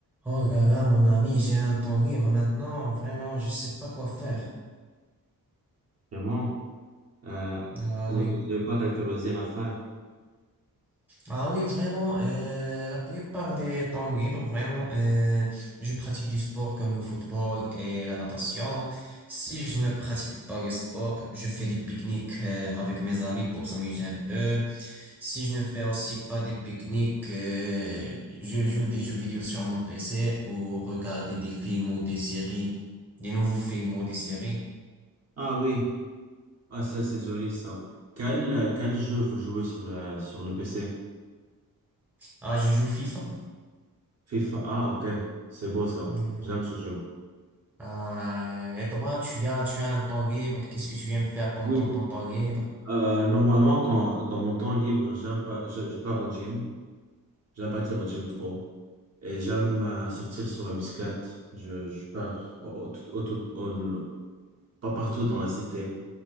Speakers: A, in the centre; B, on the right.
A: Oh là là, mon ami, j'ai un temps libre maintenant. Vraiment, je sais pas quoi faire.
B: vraiment Euh,
A: Ah
B: vous
A: oui.
B: n'avez pas quelques loisirs à faire.
A: Ah oui, vraiment, euh, la plupart des temps libres, vraiment, euh, je pratique du sport comme le football et la natation. Si je ne pratique pas le sport, je fais des pique-niques, euh, avec mes amis pour s'amuser un peu. Si je ne fais aussi pas des pique-niques, euh, je joue des jeux vidéo sur mon PC ou regarder des films ou des séries, des nouveaux films ou des séries.
B: Ah oui. Ah, c'est c'est joli, ça. Quel, euh, quel jeu vous jouez sur le, sur le PC?
A: Ah, je joue FIFA.
B: FIFA. Ah, ok. C'est beau, ça.
A: Mm.
B: J'aime ce jeu.
A: Ah, et toi, tu as, tu as un temps libre. Qu'est-ce que tu aimes faire pendant
B: Oui.
A: ton, ton temps libre?
B: Euh, normalement, quand, dans mon temps libre, j'aime pas, je, je pars au gym. J'aime partir au gym trop. Et j'aime euh, sortir sur ma bicyclette. Je, je pars au, au- tout- au- tout- au- pas partout dans la cité.